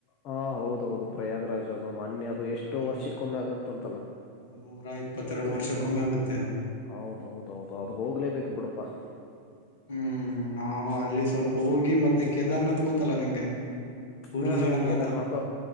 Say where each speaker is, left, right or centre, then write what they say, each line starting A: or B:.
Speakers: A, on the left (about 40°); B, on the left (about 55°).
A: ಹಾ ಹೌದ ಹೌದು ಪ್ರಯಾಗ್ರಾಜ್ ಅದು ಮೊೆ ಅದು ದು ಎಷ್ಟೋ
B: ಹ್ಮ್
A: ವರ್ಷಕ್ಕೊಮ್ಮೆ ಆಗುತ್ತ ಅಂತಲ್ಲ
B: ನೂರ ಇಪ್ಪತ್ತೆರಡು ವರ್ಷಕ್ಕೊಮ್ಮೆ ಆಗುತ್ತೆ
A: ಹೌದೌದು ಹೌೌದು ಅದು ಹೋಗ್ಲೇಬೇಕು ಬಿಡಪ್ಪಾ
B: ಹ್ಮ್, ನಾವು ಅಲ್ಲಿ, ಸ್ವಲ್ಪ ಹೋಗಿ ಮತ್ತೆ ಕೇದಾರ್ನಾಥ್, ಗೊತ್ತ? <inaudible> ಗೊತ್ತಲ್ಲ ನಿಂಗೆ ಪೂರಿ
A: ಹ, ಹಾ,
B: ಜಗನ್ನಾಥ
A: ಕೇದಾರ್ನಾಥ,